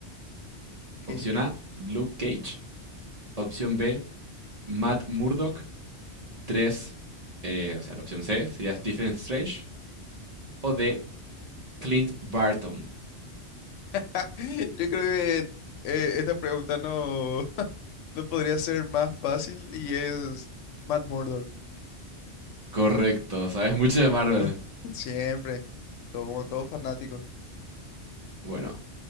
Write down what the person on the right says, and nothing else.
Opción A, Luke Cage. Opción B, Matt Murdock. 3, o sea, la opción C sería Stephen Strange. O D, Clint Barton.
Correcto, sabes mucho de Marvel.
Bueno,